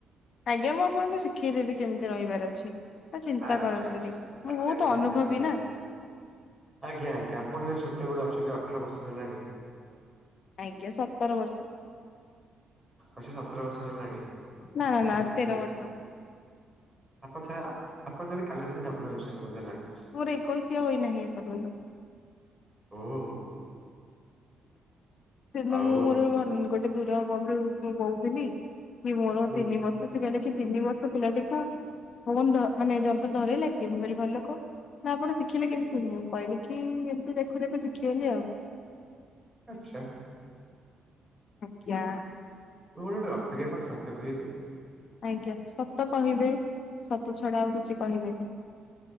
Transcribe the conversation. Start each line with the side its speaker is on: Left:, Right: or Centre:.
Left: ଆଜ୍ଞା ମୁଁ ଆପଣଙ୍କୁ ଶିଖେଇଦେବି କେମିତି ରହିବାର ଅଛି। ଆଉ ଚିନ୍ତା
Centre: ଆ ଆଚ୍ଛା
Left: କରନ୍ତୁନି
Centre: ଆଚ୍ଛା। ଆଚ୍ଛା
Left: ମୁଁ ବହୁତ
Centre: ଆଚ୍ଛା ଧନ୍ୟବାଦ
Left: ଅନୁଭବୀ
Centre: ଧନ୍ୟବାଦ
Left: ନା।
Centre: ଆଜ୍ଞା ଆଜ୍ଞା ଆପଣ ଯଦି ଛୋଟବେଳୁ ଅଛନ୍ତି ଅଠର ବର୍ଷ ହେଲାଣି।
Left: ଆଜ୍ଞା ସତର ବର୍ଷ।
Centre: ଅ ସତର ବର୍ଷ ହେଲାଣି
Left: ନା ନା ନା
Centre: କହି
Left: ତେର
Centre: କ
Left: ବର୍ଷ
Centre: ଆପଣ ଚାଲେ ଆପଣ ଚାହଲେ କାଲି ଜନ୍ମ ହେଇଛନ୍ତି ମତେ ଯାହା ଲଗୁଛି।
Left: ପୋର ଏକୋଇଶିଆ ହୋଇନାହିଁ ଏପର୍ଯ୍ୟନ୍ତ।
Centre: ହୁ।
Left: ସେଦିନ
Centre: ଆଉ
Left: ମୁଁ
Centre: ଆଉ
Left: ମୋର ଗୋଟେ ଦୂର ବନ୍ଧୁ କହୁଥିଲି। କି ମୋର
Centre: ହୁଁ
Left: ତିନି ବର୍ଷ ସେ କିଲ କି ତିନି ବର୍ଷ ପିଲା ଟ ତ ଫନ ମାନେ ଯନ୍ତ୍ର ଧର ଲ କିିବ ମୁ କହିଲି ଭଲକହ। ନା ଆପଣ ଶିଖିଲେ କେମିତି ମୁଁ କହିଲି କି ଏମିତି ଦେଖୁ ଦେଖୁ ଶିଖିଗଲି ଆଉ।
Centre: ଆଚ୍ଛା।
Left: ଆଜ୍ଞା।
Centre: ମୁଁ ଗୋ ଗୋଟେ <unintelligible>
Left: ଆଜ୍ଞା ସତ କହିବେ ସତ ଛଡା ଆଉ କିଛି କହିବେନି।